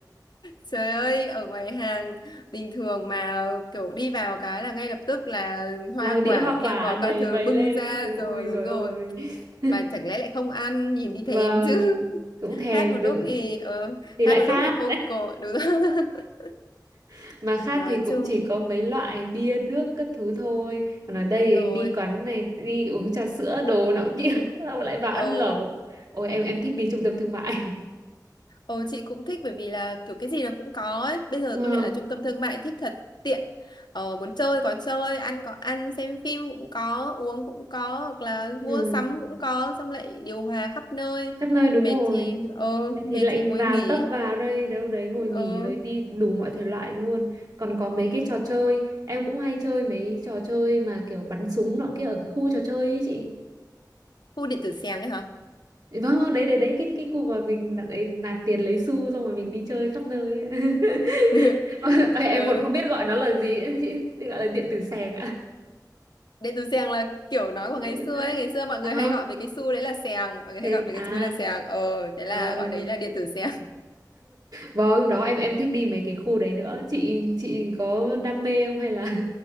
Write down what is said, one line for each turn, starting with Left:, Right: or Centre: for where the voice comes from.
Left: Trời ơi, ở ngoài hàng bình thường mà kiểu đi vào cái là ngay lập tức là hoa
Right: Là đĩa
Left: quả,
Right: hoa
Left: bia
Right: quả
Left: bò
Right: đầy
Left: các thứ
Right: bày
Left: bưng
Right: lên
Left: ra
Right: các thứ. Ôi
Left: rồi,
Right: rồi
Left: đúng rồi.
Right: ôi. <laughs>
Left: Mà chẳng lẽ lại không ăn, nhìn thì thèm
Right: Vâng,
Left: chứ.
Right: cũng
Left: <laughs>
Right: thèm
Left: Hát một lúc
Right: tự-
Left: thì, ờ,
Right: thì
Left: hát
Right: lại
Left: một
Right: khát.
Left: lúc thì khô cội, đúng rồi. <laughs>
Right: <laughs> Mà khát
Left: Nói
Right: thì cũng
Left: chung,
Right: chỉ có mấy loại bia nước các thứ thôi. Còn ở đây
Left: đúng rồi.
Right: đi quán này đi uống trà sữa đồ nọ kia, <laughs> xong lại vào
Left: Ừ,
Right: ăn lẩu. Ôi em em thích đi trung tâm thương mại.
Left: Ồ chị cũng thích bởi vì là kiểu cái gì nó cũng có ấy. Bây giờ
Right: <laughs> Vâng.
Left: công nhận là trung tâm thương mại thích thật tiện. Ờ, muốn chơi có chơi, ăn có ăn, xem phim cũng có, uống cũng có, hoặc là
Right: Ừ.
Left: mua sắm cũng có, xong lại điều hòa khắp nơi.
Right: khắp nơi đúng
Left: Mệt
Right: rồi
Left: thì ờ
Right: Vậy
Left: mệt
Right: thì lệnh
Left: thì ngồi
Right: vào
Left: nghỉ.
Right: tấp vào đây đâu đấy ngồi nghỉ
Left: Ờ
Right: rồi đi đủ mọi thể loại luôn còn có mấy
Left: ừ.
Right: cái trò chơi em cũng hay chơi mấy trò chơi mà kiểu bắn súng nọ kia ở cái khu trò chơi ấy chị
Left: Khu điện tử xèng ấy hả?
Right: vâng vâng, đấy đấy đấy cái cái khu mà mình đặt ấy, nạp tiền lấy xu xong rồi mình đi chơi khắp nơi ấy. <laughs>
Left: <laughs>
Right: Ờ, em
Left: ừ.
Right: còn không biết gọi nó là gì ấy, chị Chị gọi là điện tử sèng ạ
Left: Điện tử xèng là kiểu
Right: <laughs>
Left: nói
Right: Ừ,
Left: của ngày xưa
Right: đấy
Left: ấy, ngày xưa mọi
Right: à,
Left: người hay gọi mấy cái xu đấy là xèng, mọi người
Right: sèng
Left: hay gọi mấy
Right: à
Left: cái xu đấy là xèng. Ờ thế là
Right: trời
Left: gọi đấy là điện tử xèng.
Right: Vâng, đó em em thích đi mấy cái khu đấy nữa. Chị chị có đam mê không hay là <laughs>